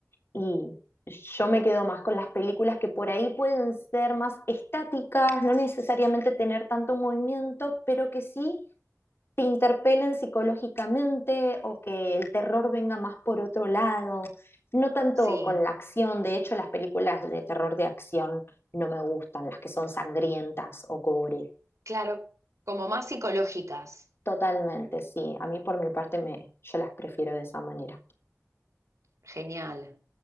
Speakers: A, on the left; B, on the right.
A: y yo me quedo más con las películas que por ahí pueden ser más estáticas, no necesariamente tener tanto movimiento, pero que sí te interpelen psicológicamente o que el terror venga más por otro lado, no tanto
B: sí,
A: con la acción, de hecho las películas de terror de acción no me gustan, las que son sangrientas o gore.
B: claro, como más psicológicas,
A: Totalmente, sí, a mí por mi parte me, yo las prefiero de esa manera.
B: genial.